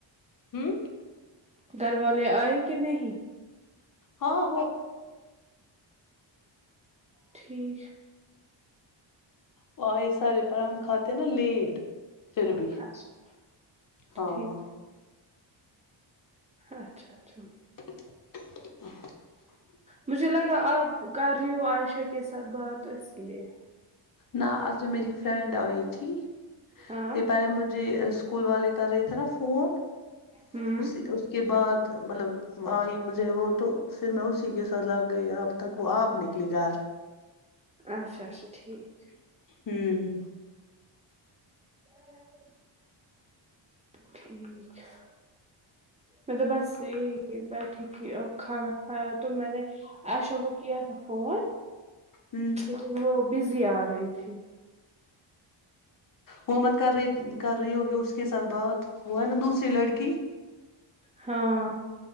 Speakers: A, on the left; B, on the right.
A: ہوں
B: در والالے آئے کہ نہیں
A: ہاں
B: ٹھیک
A: و سارے پر ہم کھاتے ہیں نا لیٹ پھر بھی
B: اچھا
A: ہاں
B: ٹھیک اچھا اچھا
A: ہ <unintelligible>
B: مجھے لگا آپ کر رہی ہو عائشہ کے ساتھ بات تو اس لیے
A: نہ اص میں میری فرینڈ آئی تھی
B: ہاں
A: یہ پہلے مجھے اسکول والے کر رہے تھے نا فون
B: ہوں
A: اس اس کے بعد مطلب آئی مجھے وہ تو پھر میں اسی کے ساتھ لگ گئی اب تک وہ آب نکلی گار
B: اچھا اچھا ٹھیک
A: ہوں
B: ہاں ٹھیک ہے میں تو بس یہی بیٹھی تھی اب کھانا کھایا تو میں نے اچا گو کی تھا فون
A: ہوں
B: لیکن وہ بزی آ رہی تھی
A: وہ مت کر رہی کر رہی ہوگی اس کے ساتھ بات وہ ہے نا دوسری لڑکی
B: ہاں